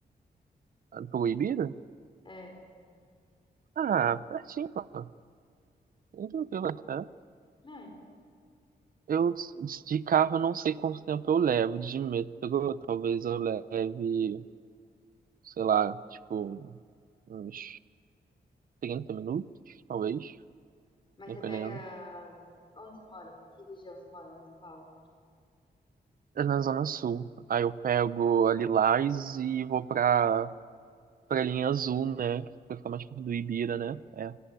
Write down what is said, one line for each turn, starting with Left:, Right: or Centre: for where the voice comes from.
Right: Ah, ibira
Left: É,
Right: Ah, pertinho, pô. Bem Tranquilo até.
Left: né?
Right: Eu, de carro, eu não sei quanto tempo eu levo. De metrô, talvez eu leve, sei lá, tipo, uns 30 minutos, talvez,
Left: Mas
Right: dependendo.
Left: você pega. Onde você mora? Que região você mora lá em São Paulo?
Right: É na Zona Sul. Aí eu pego a Lilás e vou pra, pra linha azul, né? Que fica mais perto do Ibira, né? É.